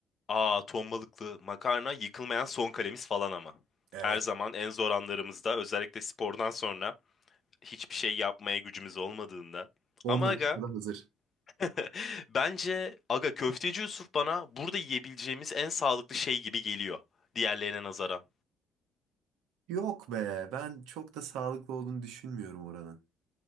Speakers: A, on the left (about 45°); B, on the right (about 80°).
A: Aa ton balıklı makarna yıkılmayan son kalemiz falan ama.
B: Evet.
A: Her zaman en zor anlarımızda özellikle spordan sonra hiçbir şey yapmaya gücümüz olmadığında.
B: On
A: Ama
B: dakikada
A: aga
B: hazır.
A: <laughs> bence aga köfteci Yusuf bana burada yiyebileceğimiz en sağlıklı şey gibi geliyor. Diğerlerine nazaran.
B: Yok be, ben çok da sağlıklı olduğunu düşünmüyorum oranın.